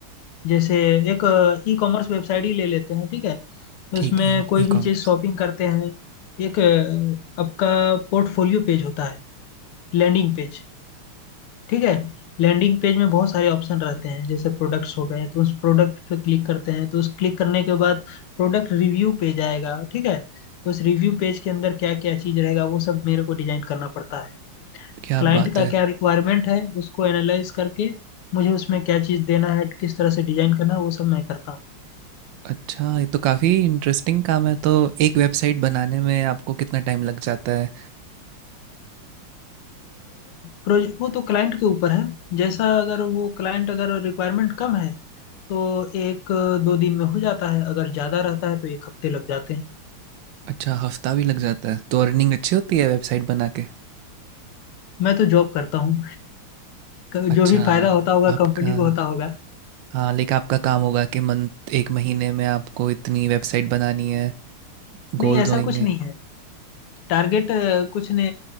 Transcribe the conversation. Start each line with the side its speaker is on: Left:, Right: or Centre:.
Left: जैसे एक ई कॉमर्स वेबसाइट ही ले लेते हैं ठीक है
Right: ठीक
Left: उसमें
Right: है
Left: कोई
Right: E
Left: भी
Right: commerce
Left: चीज़ शॉपिंग करते हैं एक अ, आपका पोर्टफोलियो पेज होता है लैंडिंग पेज ठीक है लैंडिंग पेज में बहुत सारे ऑप्शन रहते हैं जैसे प्रोडक्ट्स हो गए तो उस प्रोडक्ट पे क्लिक करते हैं तो उस क्लिक करने के बाद प्रोडक्ट रिव्यू पेज आएगा ठीक है उस रिव्यू पेज के अंदर क्या क्या चीज़ रहेगा वो सब मेरे को डिजाइन करना पड़ता है
Right: क्या
Left: क्लाइंट
Right: बात
Left: का
Right: है
Left: क्या रिक्वायरमेंट है उसको एनालाइज करके मुझे उसमें क्या चीज़ देना है किस तरह से डिजाइन करना है वो सब मैं करता हूँ
Right: अच्छा ये तो काफ़ी इंटरेस्टिंग काम है तो एक वेबसाइट बनाने में आपको कितना टाइम लग जाता है
Left: प्रोजेक्ट वो तो क्लाइंट के ऊपर है जैसा अगर वो क्लाइंट अगर रिक्वायरमेंट कम है तो एक दो दिन में हो जाता है अगर ज़्यादा रहता है तो एक हफ्ते लग जाते हैं
Right: अच्छा हफ्ता भी लग जाता है तो अर्निंग अच्छी होती है वेबसाइट बना के
Left: मैं तो जॉब करता हूँ क-
Right: अच्छा
Left: जो भी फायदा होता होगा
Right: आपका
Left: कंपनी को होता होगा
Right: हाँ लेकिन आपका काम होगा कि मंथ एक महीने में आपको इतनी वेबसाइट बनानी है
Left: नहीं
Right: गोल्स
Left: ऐसा
Right: होंगे
Left: कुछ नहीं है टारगेट अ, कुछ ने,